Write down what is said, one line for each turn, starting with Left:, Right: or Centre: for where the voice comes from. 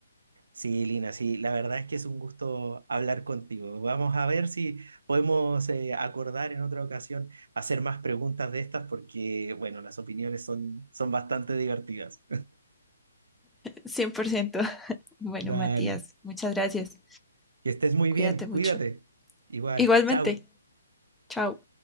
Right: Sí, Lina, sí, la verdad es que es un gusto hablar contigo. Vamos a ver si podemos eh, acordar en otra ocasión hacer más preguntas de estas porque, bueno, las opiniones son, son bastante divertidas.
Centre: 100%. <laughs> Bueno,
Right: <laughs> Dale,
Centre: Matías, muchas gracias.
Right: que estés muy
Centre: Cuídate
Right: bien,
Centre: mucho.
Right: cuídate. Igual,
Centre: Igualmente.
Right: chao.
Centre: Chao.